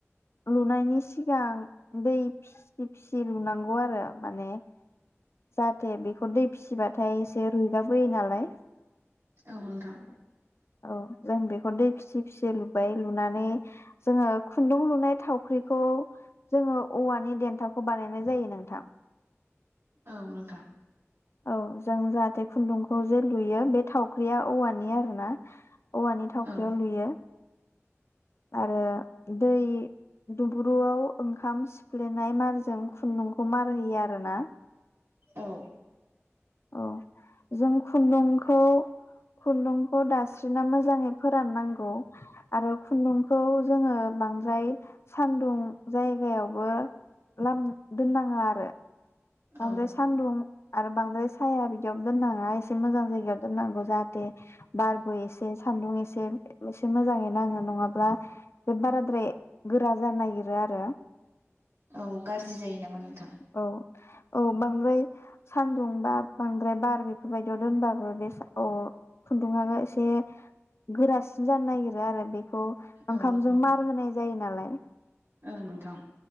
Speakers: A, on the left; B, on the right.
A: लुनायनि सिगां दै फिसि फिसि लुनांगौ आरो माने जाहाथे बेखौ दै फिसिबाथाय एसे रुइगाबोयो नालाय।
B: औ नोंथां
A: औ जों बेखौ दै फिसि फिसि लुबाय लुनानै जोङो खुन्दुं लु नाय थावख्रिखौ जोङो औवानि देन्थाखौ बानायनाय जायो नोंथां।
B: औ नोंथां।
A: औ जों जाहाथे खुन्दुंखौ जे लुयो बे थावख्रिया औवानि आरो ना औवानि थावख्रियाव
B: औ
A: लुयो। आरो दै दुंब्रुआव ओंखाम सिफ्लेनाय मारजों खुन्दुंखौ मार होयो आरोना
B: औ।
A: औ जों खुन्दुंखौ खुन्दुंखौ दास्रिना मोजाङै फोराननांगौ आरो खुन्दुं खौ जोङो बांद्राय सानदुं जायगायावबो लामना दोननाङा आरो। बांद्राय
B: औ
A: सान्दुं आरो बांद्राय साया बिदियाव दोननाङा एसे मोजां जायगायाव दोननांगौ जाहाथे बारबो एसे सानदुं एसे एसे मोजाङै नाङो नङाब्ला बे बाराद्राय गोरा जानो नागिरो आरो।
B: औ गाज्रि जायो नामा नोंथां।
A: औ औ बांद्राय सानदुं बा बांद्राय बार बेफोरबायायदियाव दोनबाबो बे औ खुन्दुंआ एसे गोरासिन जानो नागिरो आरो बेखौ
B: औ
A: ओंखामजों
B: औ
A: मार होनाय जायो नालाय।
B: औ नोंथां।